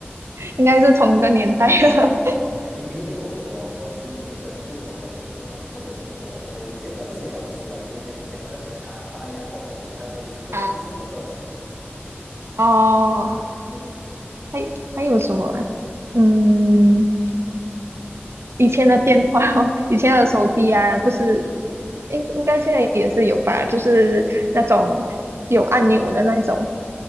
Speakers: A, on the right; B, in the centre.
A: 应该是同一个年代的
B: 因因为因为我我我之前有跟不同的朋友聊过，人我我有讲到一些东西啊，比如讲讲到那些卡带呀、光碟啊，他们已经不懂是什么东西啊。
A: <laughs> 啊，哦。
B: <laughs>
A: 还还有什么啊嗯，以前的电话哦，
B: 嗯
A: <laughs> 以前的手机啊，不是，应应该现在也是有吧？就是那种有按钮的那一种